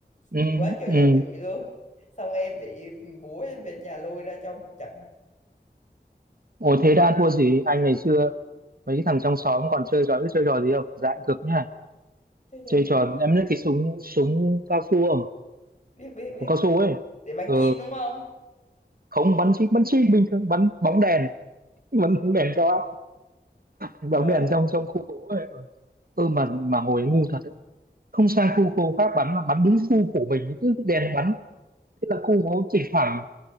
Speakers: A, on the right; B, on the left.
A: ừ
B: chửi quá trời
A: ừ
B: là chửi luôn xong em bị bố em về nhà lôi ra cho một trận
A: ồ thế đã thua gì anh ngày xưa mấy cái thằng trong xóm còn chơi trò biết chơi trò gì không dại cực nhá
B: chứ cho
A: chơi
B: gì
A: trò em biết cái súng súng cao su không
B: biết biết biết
A: Súng cao su ấy
B: để bán
A: ừ
B: chim đúng không
A: không bắn chim bắn chim bình thường bắn bóng đèn bắn bóng đèn cho bóng
B: trời
A: đèn
B: đất
A: trong trong khu phố ấy Ừ. ừ mà mà hồi ấy ngu thật đấy không sang khu khô khác bắn mà bắn đúng khu của mình cứ đèn bắn thế là khu nó chỉ khoảng